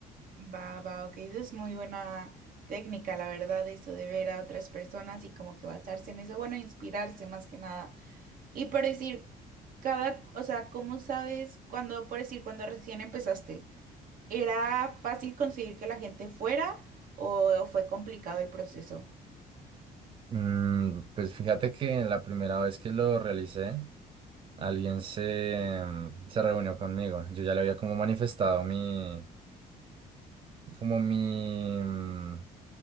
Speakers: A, on the right; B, on the right.
A: Va, va, ok, eso es muy buena técnica, la verdad, eso de ver a otras personas y como que basarse en eso, bueno, inspirarse más que nada. Y por decir, cada, o sea, ¿cómo sabes cuando, por decir, cuando recién empezaste, ¿era fácil conseguir que la gente fuera o fue complicado el proceso?
B: Mm, pues fíjate que la primera vez que lo realicé, alguien se, mm, se reunió conmigo. Yo ya le había como manifestado mi, como mi, mm,